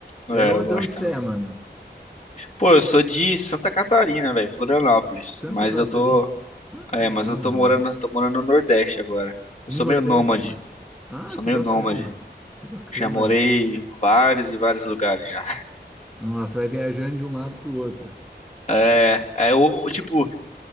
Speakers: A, in the centre; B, on the left.
A: É
B: É,
A: onde,
B: eu gosto
A: de onde
B: também.
A: você é, mano?
B: Pô, eu sou de Santa Catarina, velho, Florianópolis,
A: Santa
B: mas
A: Catarina.
B: eu tô,
A: Ah,
B: é,
A: que legal,
B: mas eu
A: mano.
B: tô morando, tô morando no Nordeste agora. Eu
A: No
B: sou
A: Nordeste?
B: meio nômade,
A: Ah,
B: sou
A: que
B: meio
A: bacana.
B: nômade.
A: Que bacana.
B: Já morei em vários e vários lugares já.
A: Nossa, vai viajando de um lado pro outro.
B: É, é eu, tipo,